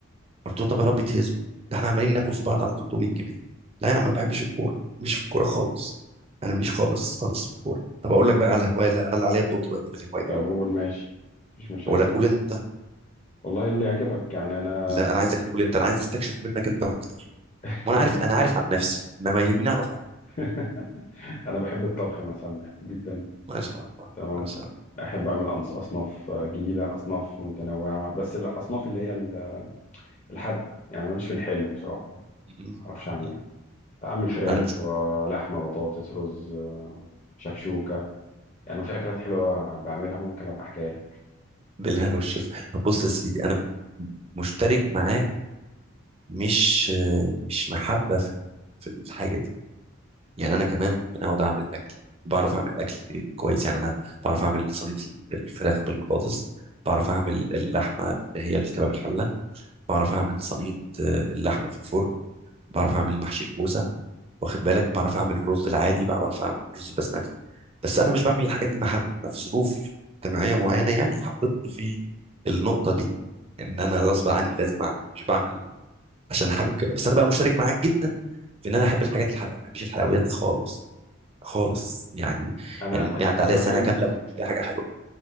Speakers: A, on the right; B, on the left.
A: قلت له طب يا رب تهزم ده احنا عمالين ناكل في بعض على 300 جنيه لا يا عم ما بحبش الكوره مش في الكوره خالص انا ماليش خالص خالص في الكوره طب اقول لك بقى على هوايه لا، انا اللي عليا الدور دلوقتي في الهوايه
B: طب قول ماشي مفيش مشاكل
A: ولا تقول انت
B: والله اللي يعجبك يعني انا
A: لا انا عايزك تقول انت انا عايز استكشف منك انت اكتر
B: <laughs>
A: وانا
B: انا
A: عارف
B: ب...
A: انا عارف عن نفسي انما يهمني اعرف عنك
B: <laughs> انا بحب الطبخ مثلا بحبه جدا
A: ما شاء الله
B: تمام
A: ما شاء الله
B: احب اعمل أنص- اصناف جديده اصناف متنوعه بس الاصناف اللي هي ال- الحادقه يعني ماليش في الحلو بصراحه يعني
A: م- م-
B: ما اعرفش اعمله
A: م.
B: اعمل فراخ
A: انا بش...
B: ولحمه بطاطس رز آه، شكشوكه يعني وفي اكلات حلوه بعملها ممكن ابقى احكيها لك
A: بالهنا والشفا طب بص يا سيدي انا مشترك معاك مش مش محبه في في الحاجه دي يعني انا كمان ممكن اقعد اعمل اكل بعرف اعمل اكل كويس يعني انا بعرف اعمل صينيه الفراخ بالبطاطس بعرف اعمل اللحمه اللي هي الكباب الحله بعرف اعمل صينيه آه، اللحمه في الفرن بعرف اعمل محشي الكوسه واخد بالك بعرف اعمل الرز العادي بعرف اعمل الرز البسمتي بس انا مش بعمل الحاجات دي محبه انا في ظروف اجتماعيه معينه يعني حطتني في النقطه دي ان انا غصب عني لازم اعمل مش بعمل عشان حابب كده بس انا بقى مشترك معاك جدا في ان انا احب الحاجات الحادقه ما بحبش الحلويات خالص خالص يعني
B: انا
A: يعني ممكن
B: الحاجه
A: يعدي عليا
B: الوحيده
A: سنه كامله ما اكلش اي حاجه حلوه